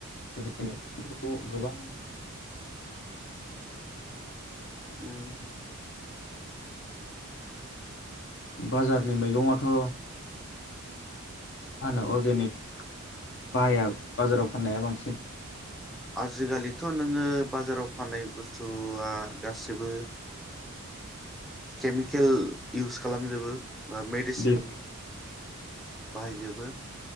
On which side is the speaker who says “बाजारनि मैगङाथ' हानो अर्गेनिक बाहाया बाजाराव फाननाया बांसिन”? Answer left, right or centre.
Left